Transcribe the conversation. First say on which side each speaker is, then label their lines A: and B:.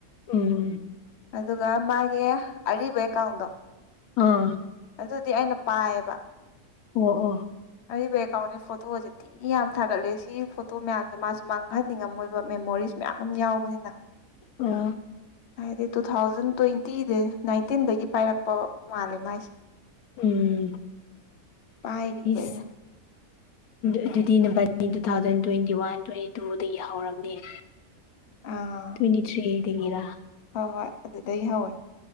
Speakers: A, on the left; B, on the left.
A: ꯎꯝ ꯎꯝ
B: ꯑꯗꯨꯒ ꯃꯥꯒꯤ ꯑꯔꯤꯕ ꯑꯦꯀꯥꯎꯟꯗꯣ
A: ꯑꯥ
B: ꯑꯗꯨꯗꯤ ꯑꯩꯅ ꯄꯥꯏꯌꯦꯕ
A: ꯑꯣ ꯑꯣ
B: ꯑꯔꯤꯕꯋꯥꯅꯤ ꯐꯇ ꯑꯣꯗꯦ ꯁꯤ ꯌꯥꯝ ꯊꯥꯒꯠꯂꯦ ꯁꯤ ꯐꯣꯇꯣ ꯃꯌꯥꯝꯁꯦ ꯃꯥꯁꯨ ꯃꯥꯡꯍꯟꯅꯤꯡꯉꯝꯃꯣꯏꯕ ꯃꯦꯃꯣꯔꯤꯁ ꯃꯌꯥꯝ ꯑꯃ ꯌꯥꯎꯕꯅꯤꯅ
A: ꯑ
B: ꯍꯥꯏꯗꯤ ꯇꯨ ꯊꯥꯎꯖꯟ ꯇ꯭ꯋꯦꯟꯇꯤꯗ ꯅꯥꯏꯟꯇꯤꯟꯗꯒꯤ ꯄꯥꯏꯔꯛꯄ ꯃꯥꯜꯂꯦ ꯃꯥꯏꯁꯦ
A: ꯎꯝ
B: ꯄꯥꯏꯔꯤꯕ
A: ꯏꯁ
B: ꯑꯩꯅ
A: ꯑꯗꯨꯗꯤ ꯅ two thousand twenty one twenty ꯇꯨꯗꯒꯤ ꯍꯧꯔꯕꯝꯅꯦ
B: ꯑꯥ
A: ꯇ꯭ꯋꯤꯟꯇꯤ ꯊ꯭ꯔꯤ ꯗꯒꯤꯔꯥ
B: ꯍꯣꯏ ꯍꯣꯏ ꯑꯗꯨꯗꯒꯤ ꯍꯧꯋꯦ